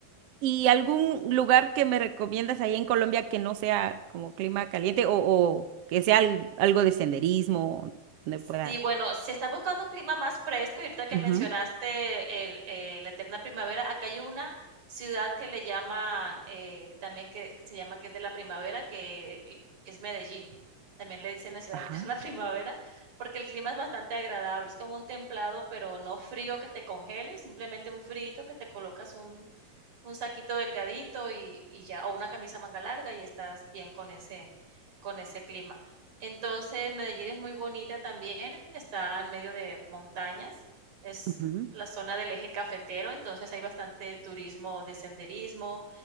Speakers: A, on the right (about 70°); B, on the right (about 55°).
A: ¿Y algún lugar que me recomiendas ahí en Colombia que no sea como clima caliente o, o que sea al- algo de senderismo donde
B: Sí,
A: pueda?
B: bueno, si estás buscando un clima más fresco, y ahorita que
A: Ujú,
B: mencionaste el, eh, la eterna primavera, acá hay una ciudad que le llaman, eh, también que se llama que es de la primavera, que eh, es Medellín. También le dicen la ciudad
A: Ajá.
B: de la eterna <laughs> primavera, porque el clima es bastante agradable. Es como un templado, pero no frío que te congele, simplemente un frito que te colocas un, un saquito delgadito y y ya, o una camisa manga larga y estás bien con ese con ese clima. Entonces, Medellín es muy bonita también, está en medio de montañas, es
A: ujú,
B: la zona del eje cafetero, entonces hay bastante turismo de senderismo